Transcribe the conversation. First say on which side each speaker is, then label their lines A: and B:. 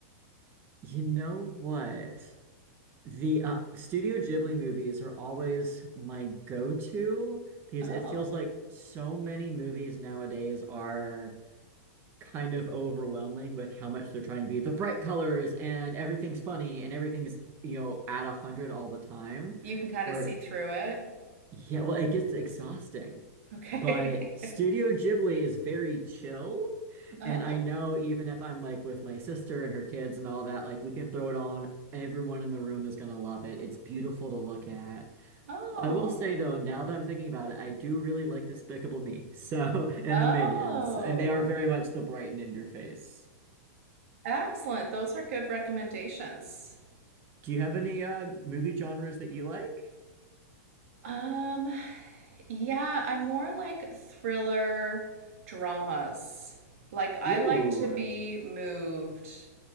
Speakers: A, on the right (about 25°); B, on the right (about 60°).
A: You know what? The uh, Studio Ghibli movies are always my go-to because
B: Oh,
A: it feels like so many movies nowadays are kind of overwhelming with how much they're trying to be the bright colors and everything's funny and everything's, you know, at a hundred all the time.
B: you can kind
A: Where
B: of see through it.
A: yeah, well, it gets exhausting.
B: Okay.
A: But
B: <laughs>
A: Studio Ghibli is very chill.
B: Oh.
A: And I know even if I'm like with my sister and her kids and all that, like we can throw it on. Everyone in the room is gonna love it. It's beautiful to look at.
B: Oh.
A: I will say though, now that I'm thinking about it, I do really like Despicable Me. So, <laughs> and
B: Oh.
A: the Minions, and they are very much the Brighton in your face.
B: Excellent. Those are good recommendations.
A: Do you have any uh movie genres that you like?
B: Um, yeah, I'm more like thriller dramas. Like I
A: Ooh.
B: like to be moved.